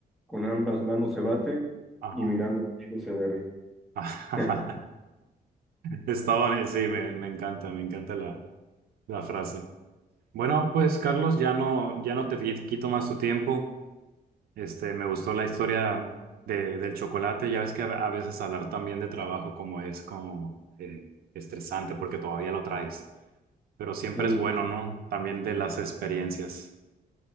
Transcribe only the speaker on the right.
ajá,
<laughs> ajá.
Está boni- sí, me, me encanta, me encanta la, la frase. Bueno, pues Carlos, ya no, ya no te qui- quito más tu tiempo. Este, me gustó la historia de, del chocolate. Ya ves que a a veces hablar también de trabajo como es como eh, estresante porque todavía lo traes. Pero siempre
es bueno, ¿no? También de las experiencias.